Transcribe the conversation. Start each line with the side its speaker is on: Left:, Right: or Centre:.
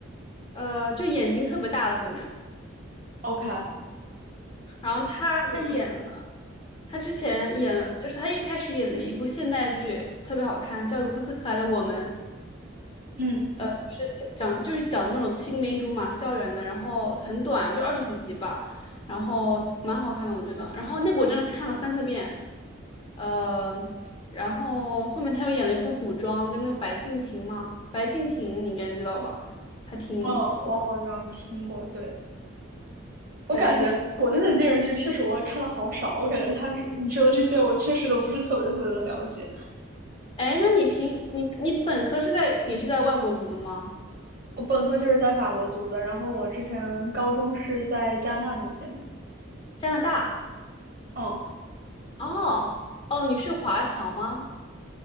Left: 呃，就眼睛特别大的，反正，
Right: ？OK，她
Left: 然后她演了，
Right: 演过什么？
Left: 她之前演了，就是她一开始演的一部现代剧，特别好看，叫《如此可爱的我们》，
Right: 嗯，
Left: 就是小讲就是讲那种青梅竹马校园的，然后很短，就二十几集吧，然后蛮好看的，我觉得。然后那个我真的看了三四遍，呃，然后后面他又演了一部古装，跟那个白敬亭嘛，白敬亭你应该知道吧，还挺火。
Right: 哦，我好像听过。对，我感觉国内的电视剧确实我看的好少，
Left: 白敬亭，
Right: 我感觉他是你说的这些，我确实都不是特别特别的了解。
Left: 哎，那你平你你本科是在也是在外国读的吗？
Right: 我本科就是在法国读的，然后我之前高中是在加拿大那边。
Left: 加拿大？
Right: 嗯，
Left: 哦哦，你是华侨吗？